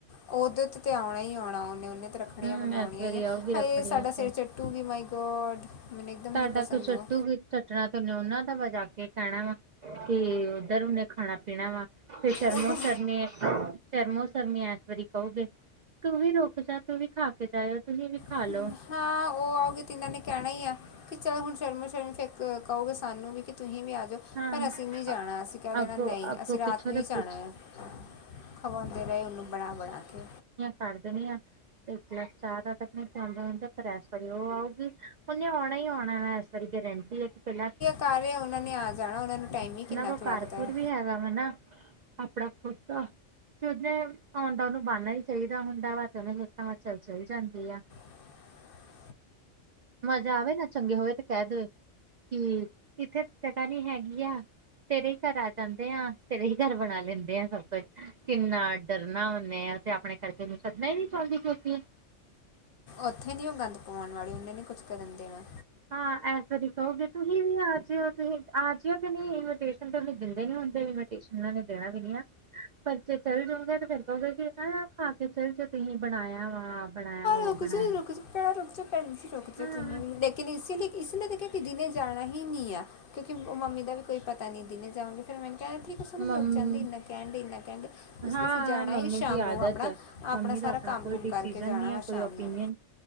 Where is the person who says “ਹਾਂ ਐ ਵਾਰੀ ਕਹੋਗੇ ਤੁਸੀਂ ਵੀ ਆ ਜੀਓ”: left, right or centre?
Right